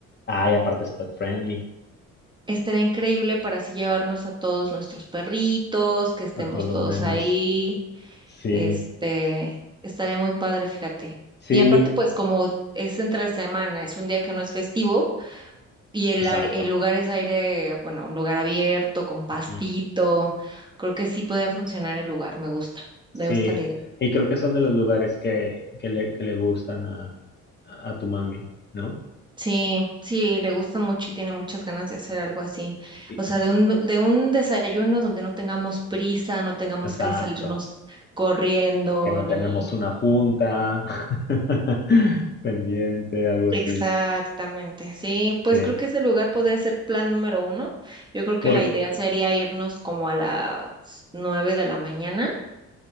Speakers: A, on the left; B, on the right.
A: Ah, y aparte es pet friendly
B: Estará increíble para así llevarnos a todos nuestros perritos, que estemos
A: a todos los
B: todos
A: nenes.
B: ahí.
A: Sí,
B: Este, estaría muy padre, fíjate.
A: sí,
B: Y aparte, pues como es entre semana, es un día que no es festivo, Y el,
A: exacto.
B: are- el lugar es aire, bueno, un lugar abierto, con pastito.
A: ujú,
B: Creo que sí podría funcionar el lugar, me gusta,
A: Sí,
B: me gusta la idea.
A: y creo que son de los lugares que, que le, que le gustan a, a tu mami, ¿no?
B: Sí, sí, le gusta mucho y tiene muchas ganas de hacer algo así.
A: Sí,
B: O sea, de un, de un desayuno donde no tengamos prisa, no tengamos
A: Exacto,
B: que salirnos corriendo
A: que no
B: ni...
A: tenemos una junta <laughs> pendiente, algo así.
B: Exactamente, sí, pues
A: Sí,
B: creo que ese lugar podría ser plan número uno. Yo creo que
A: por,
B: la idea sería irnos como a las nueve de la mañana